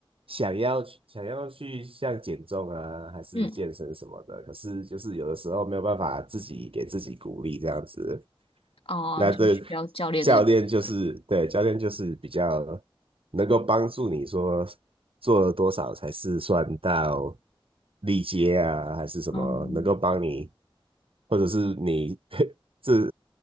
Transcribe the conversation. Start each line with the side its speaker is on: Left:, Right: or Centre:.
Right: 想要去想要去像减重啊，还是健身什么的，
Left: 嗯，
Right: 可是就是有的时候没有办法自己给自己鼓励这样子。
Left: 哦、
Right: 那这
Left: 就是需要教练这个角色，
Right: 教练就是对教练就是比较能够帮助你说做了多少才是算到力竭啊，还是什么能够帮你，
Left: 嗯，
Right: 或者是你 <laughs> 这